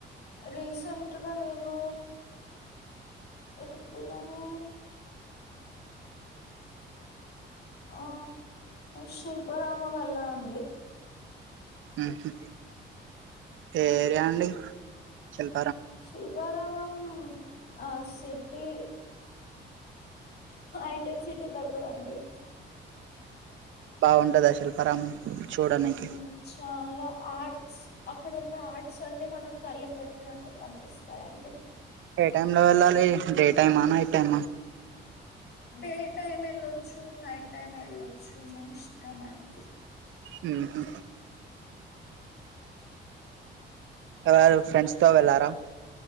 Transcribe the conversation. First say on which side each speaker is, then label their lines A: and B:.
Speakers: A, on the left (about 55°); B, on the right (about 75°).
A: రీసెంట్గా నేను ఎక్కడికెళ్ళాను ఆ శిల్పారామం వెళ్ళాను అండి
B: ఉహు ఏ ఏరియా అండి శిల్
A: శిల్పారామ్ మం అ సిటీ హైటెక్ సిటీ దగ్గర అండి డి
B: బాగుంటదా శిల్పారామం చూడనీకి
A: ఉమ్, చాలా ఆర్ట్స్ అక్కడున్న ఆర్ట్స్ అన్ని మన కళ్ళకు కట్టినట్టు కనిపిస్తాయండి.
B: ఏ టైం లో వెళ్ళాలి డే టైమా నైట్ టైమా
A: డే టైమెళ్ళొచ్చు నైట్ టైమ్ ఎళ్ళొచ్చు మీ ఇష్ టమండి
B: హ్మ్ హు ఎవరు ఫ్రెండ్స్ తో వెళ్ళారా